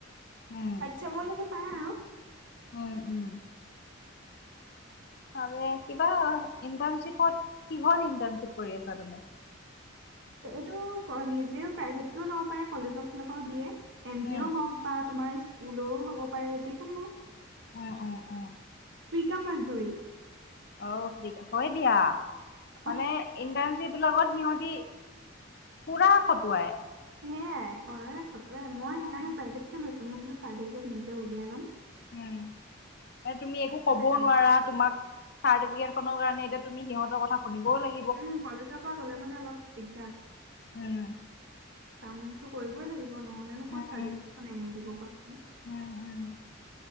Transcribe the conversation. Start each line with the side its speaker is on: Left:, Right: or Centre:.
Left: উম।
Right: সমূহীয়াকৈ পাই আৰু।
Left: উম উম। ভালে, কিবা ইণ্টাৰ্নশ্বিপত কিহৰ ইণ্টাৰ্নশ্বিপত কৰি আছা তুমি?
Right: এইটো, নিজেও প্ৰাইভেটকেও ল'ব পাৰে কলেজৰ ফালৰ পৰাও দিয়ে। এনটিও
Left: উম
Right: হওক বা স্কুলও হ'ব পাৰে যিকোনো।
Left: অ', অ', অ'।
Right: ফ্ৰী কা মাজদুৰী।
Left: অ' ফ্ৰীকা, হৈ দিয়া
Right: অ
Left: মানে। ইণ্টাৰ্ৰনশিপ বিলাকত সিহঁতি পুৰা খটুৱাই।
Right: সেইয়াই কৰে খটুৱাই, মই
Left: উম
Right: সেইকাৰণে প্ৰাইভেটকে লৈছো মোৰ বোলো চাৰ্টিফিকেট নিজে উলিয়াই লম।
Left: উম, এই তুমি একো
Right: তাতে
Left: কবও
Right: কাম
Left: নোৱাৰা
Right: কৰিম
Left: তোমাক। চাৰ্টিফিকেটখনৰ কাৰণে, এতিয়া তুমি এতিয়া সিহঁতৰ কথা শুনিবও লাগিব।
Right: উম, কলেজৰ পৰা গলে মানে অলপ দিগদাৰ।
Left: উম
Right: কামতো কৰিবই লাগিব নহ'লেনো কত
Left: উম
Right: চাৰ্টিফিকেট খন এনেই দিব কোৱাচোন।
Left: উম উম